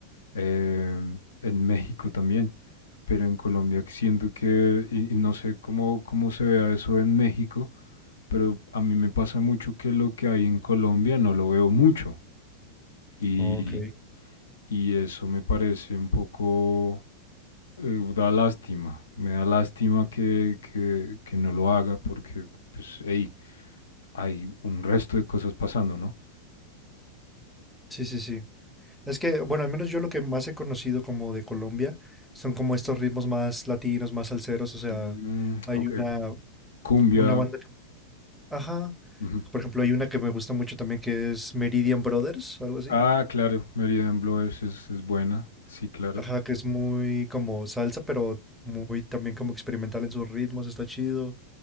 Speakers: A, on the left; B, in the centre.
A: eh, en México también, pero en Colombia siento que, y, y no sé cómo, cómo se vea eso en México, pero a mí me pasa mucho que lo que hay en Colombia no lo veo mucho y,
B: Ok.
A: y eso me parece un poco eh, da lástima, me da lástima que, que, que no lo haga porque, pues, hey, hay un resto de cosas pasando, ¿no?
B: Sí, sí, sí. Es que, bueno, al menos yo lo que más he conocido como de Colombia son como estos ritmos más latinos, más salseros. O sea,
A: Mm,
B: hay
A: ok,
B: una,
A: cumbia.
B: una banda que... Ajá.
A: ujú.
B: Por ejemplo, hay una que me gusta mucho también que es Meridian Brothers, algo así.
A: Ah, claro, Meridian Blowers es, es buena, sí, claro.
B: Ajá, que es muy como salsa, pero muy también como experimental en sus ritmos, está chido.